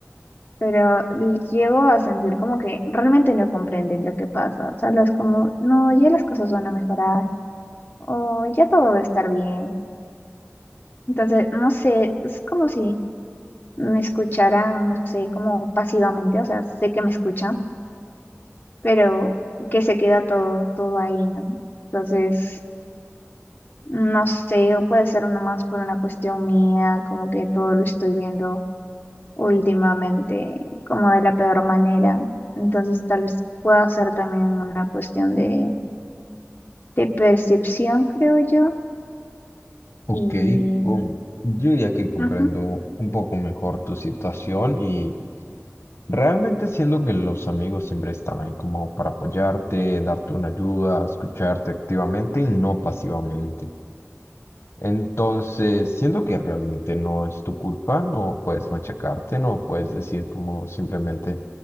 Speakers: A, on the left; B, on the left.
A: pero llego a sentir como que realmente no comprenden lo que pasa. Solo es como, no, ya las cosas van a mejorar o ya todo va a estar bien. Entonces, no sé, es como si me escucharan, no sé, como pasivamente, o sea, sé que me escuchan, pero que se queda todo, todo ahí, ¿no? Entonces, no sé, o puede ser nomás por una cuestión mía, como que todo lo estoy viendo últimamente, como de la peor manera. Entonces, tal vez pueda ser también una cuestión de, de percepción, creo yo.
B: Ok,
A: Y,
B: con- yo diría que comprendo
A: ujú.
B: un poco mejor tu situación y realmente siendo que los amigos siempre están ahí como para apoyarte, darte una ayuda, escucharte activamente y no pasivamente. Entonces, siento que realmente no es tu culpa, no puedes machacarte, no puedes decir como simplemente,